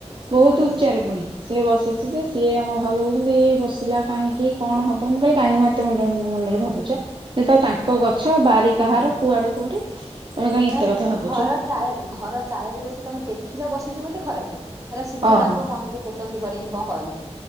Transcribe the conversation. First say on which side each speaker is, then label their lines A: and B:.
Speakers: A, on the right; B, on the right.
A: ବହୁତ
B: ହଁ
A: ଉଚ୍ଚାରେ ପୁଣି ସିଏ ବସିଛି ଯେ ସିଏ ଆମ ଭାଉ କହୁଛନ୍ତି ଇଏ ବସିଲାହିଁକି କଣବ ମୁଁହିଲି <unintelligible> ଏତେଣ୍ଡ ମନରେ ଭାବୁଛ ଯେ ତ ତାଙ୍କ ଗଛ ବାରି
B: ହୁଁ
A: କାହାର କୁଆଡେ କୋଉଠି ତମେ କାହିଁ ଏତେ
B: ନାଇଁ
A: କଥା ଭାବୁଛ
B: ଘର ଚା ଘର ଚାଳେରେ ଯଦି ତମେ ଦେଖିଲ ବସିଚ ବୋଲି ଖରାପ। ହେଲା ସିଜୁ
A: ଓହୋ
B: ଡାଙ୍ଗ କଣ ଗୋଟେ ପୋତନ୍ତି କୁଆଡେମି କଣ କରନ୍ତି?